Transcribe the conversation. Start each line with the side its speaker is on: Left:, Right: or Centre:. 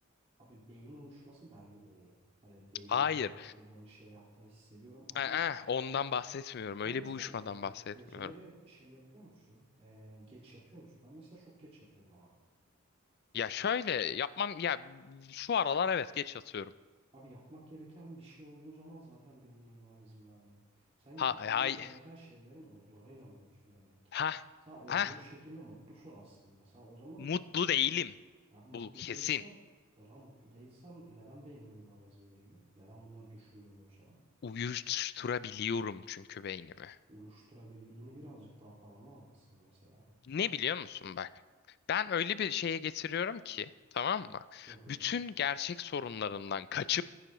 Right: Abi beyin uyuşması bende de oluyor. Hani beynimin
Left: Hayır.
Right: yavaşladığını şey yaptığını hissediyorum ama
Left: Aa, ondan
Right: bak,
Left: bahsetmiyorum.
Right: sen
Left: Öyle
Right: mesela
Left: bir uyuşmadan
Right: e,
Left: bahsetmiyorum.
Right: geceleri şey yapıyor musun? E, geç yatıyor musun? Ben mesela çok geç yatıyorum abi.
Left: Ya şöyle yapmam ya şu aralar evet geç yatıyorum.
Right: Abi yapmak gereken bir şey olduğu zaman zaten beynin uyumana izin vermiyor. Sen yapman
Left: Ha hay
Right: gereken şeylerin olduğuna inanmıyorsun demek ki.
Left: ha
Right: Sen olduğun
Left: ha
Right: şekilde mutlusun aslında. Sen o zaman
Left: mutlu değilim.
Right: abi mutlu
Left: Bu kesin.
Right: değilsen o zaman mutlu değilsen neden beynin uyumana izin veriyor? Neden bunları düşündürmüyor sana?
Left: uyuşturabiliyorum çünkü beynimi.
Right: Uyuşturabildiğini birazcık daha tanımlar mısın mesela?
Left: Ne biliyor musun bak? Ben öyle bir şeye getiriyorum ki tamam mı?
Right: Hı hı.
Left: Bütün gerçek sorunlarından kaçıp